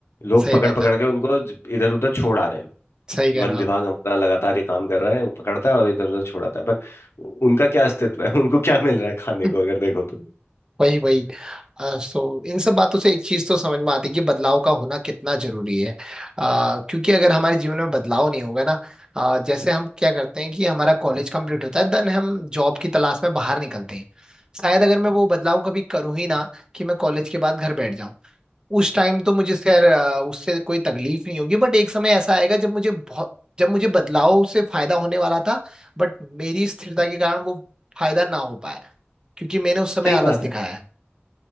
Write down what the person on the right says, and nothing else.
सही
बात
है
सही कह
रहे हो
आप
हम्म,
वही वही अ, सो इन सब बातों से एक चीज तो समझ में आती है कि बदलाव का होना कितना जरूरी है अ, क्योंकि अगर हमारे जीवन में बदलाव नहीं होगा ना अ, जैसे हम क्या करते हैं कि हमारा कॉलेज कंप्लीट होता है देन हम जॉब की तलाश में बाहर निकलते हैं शायद अगर मैं वो बदलाव कभी करूँ ही ना कि मैं कॉलेज के बाद घर बैठ जाऊं उस टाइम तो मुझे खैर अ, उससे कोई तकलीफ नहीं होगी बट एक समय ऐसा आएगा जब मुझे बहुत जब मुझे बदलाव से फायदा होने वाला था बट मेरी स्थिरता के कारण वो फायदा ना हो पाया क्योंकि मैंने उस समय
आलस
दिखाया
है